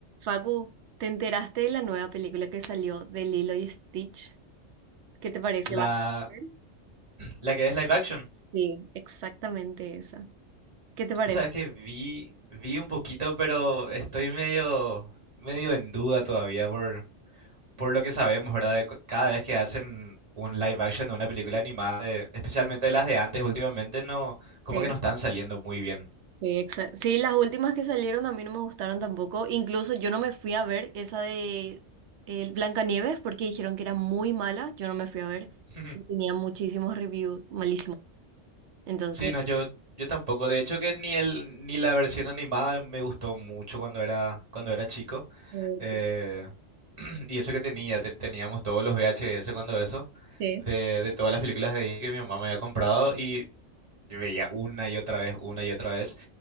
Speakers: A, on the right; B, on the right.
A: Facu, ¿te enteraste de la nueva película que salió de Lilo y Stitch? ¿Qué te parece?
B: La,
A: ¿Vas a ver?
B: la que es live action.
A: Sí, exactamente esa. ¿Qué te parece?
B: O sea, es que vi, vi un poquito, pero estoy medio, medio en duda todavía por, por lo que sabemos, ¿verdad? De cu- cada vez que hacen un live action de una película animada, de- especialmente las de antes, últimamente no, como
A: Sí.
B: que no están saliendo muy bien.
A: Sí, exa- sí, las últimas que salieron a mí no me gustaron tampoco. Incluso yo no me fui a ver esa de el Blancanieves porque dijeron que era muy mala. Yo no me fui a ver.
B: <laughs>
A: Y Tenía muchísimos reviews malísimos. Entonces,
B: Sí, no, yo, yo tampoco. De hecho que ni el, ni la versión animada me gustó mucho cuando era, cuando era chico.
A: eh,
B: Eh,
A: sí.
B: <clears throat> y eso que tenía, te- teníamos todos los VHS cuando eso,
A: Sí,
B: de, de todas las películas de Disney que mi mamá me había comprado y yo veía una y otra vez, una y otra vez.